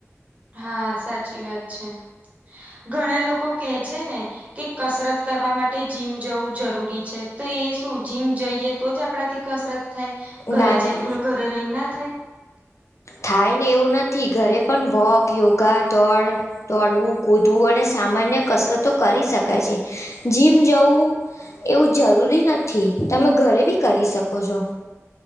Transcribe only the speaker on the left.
ના
ના
થાય ને એવું નથી, ઘરે પણ વોક યોગા દોડ તોડવું કૂદવું અને સામાન્ય કસરતો કરી શકાય છે જીમ જવુ એવું જરૂરી નથી તમે ઘરે ભિ કરી શકો છો.